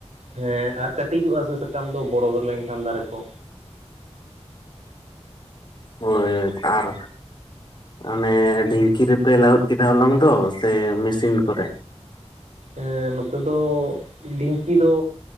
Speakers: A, on the right; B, on the left.
A: ᱦᱮᱸ ᱟᱨ ᱠᱟᱹᱴᱤᱡᱚᱜᱼᱟ ᱥᱮ ᱥᱟᱠᱟᱢ ᱫᱚ ᱵᱚᱲᱚ ᱞᱮᱝᱠᱷᱟᱱ ᱫᱟᱨᱮ ᱠᱚ᱾
B: ᱦᱳᱭ ᱦᱳᱭ, ᱟᱨ ᱚᱱᱮ ᱰᱷᱤᱝᱠᱤ ᱨᱮᱯᱮ ᱞᱟᱹᱦᱩᱫ ᱠᱮᱫᱟ ᱦᱚᱞᱚᱝ ᱫᱚ ᱥᱮ ᱢᱤᱥᱤᱱ ᱠᱚᱨᱮ?
A: ᱮᱸ ᱱᱚᱛᱮ ᱫᱚ, ᱰᱷᱤᱝᱠᱤ ᱫᱚ